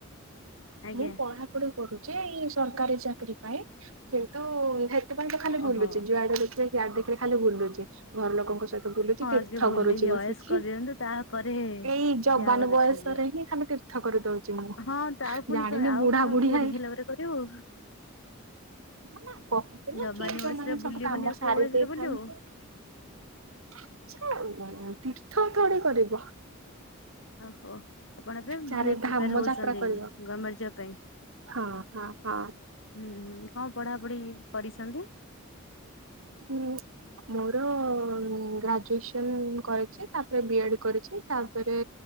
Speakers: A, on the left (about 65°); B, on the right (about 75°).
A: ଆଜ୍ଞା
B: ମୁଁ ପଢାପଢି କରୁଚେ ଏଇ ସରକାରୀ ଚାକିରୀ ପାଇଁ। କିନ୍ତୁ ଏଥିପାଇଁତ ଖାଲି ଭୁଲୁଚେ
A: ଓହୋ।
B: ଯୁଆଡେ ଦେଖିବେ ହିଆଡେ ଦେଖିବେ। ଖାଲି ବୁଲୁଚି ଘର ଲୋକଙ୍କ ସହିତ ବୁଲୁଚି
A: ହଁ
B: ତୀର୍ଥ
A: ଆଗେ ବୁଲେଇକି
B: କରୁଚି ବସିକି।
A: ଅଏସ କରିଦିଅନ୍ତୁ ତାପରେ
B: ଏଇ ଯବାନ
A: ଯାହା ହବ ଦେଖାଯିବ
B: ବୟସରେ ହିଁ ଖାଲି ତୀର୍ଥ କରିଦୋଉଚି ମୁଁ।
A: ହଁ ତ ଆଉ ଫୁଣି
B: ଜାଣିନି
A: ଆଉ
B: ବୁଢା
A: କଣ
B: ବୁଢୀ
A: ବୁଢି
B: ହେ
A: ହେଲା ପରେ କରିବୁ।
B: ନା ନା କହନ୍ତି ନା
A: ଯବାନୀ
B: କି ଯୋଉମାନେ
A: ବୟସ ରେ ବୁଲିବୁନି
B: ସବୁ କାମ
A: ଆଉ କୋଉ
B: ସାରି
A: ବୟସରେ
B: ଦେଇଥାନ୍ତେ।
A: ବୁଲିବୁ
B: ଆଜି କାଇଁ ଉଁ <unintelligible> ତୀର୍ଥ ଥୋଡି କରିବ।
A: ଓହୋ ଆପଣ ଏବେ ମାନେ
B: ଚାରି
A: ପ୍ରିପେୟାର
B: ଧାମ
A: ହୋଉଚନ୍ତି
B: ଯାତ୍ରା କରିବ
A: ଗମେଣ୍ଟ ଜବ ପାଇଁ।
B: ହଁ ହଁ ହଁ।
A: ହୁଁ ହୁଁ କଣ ପଢାପଢି କରିଚନ୍ତି?
B: ହୁଁ ମୋର ଗ୍ରାଜୁଏସନ କରିଚି ତାପରେ ବିଏଡ୍ କରିଚି। ତାପରେ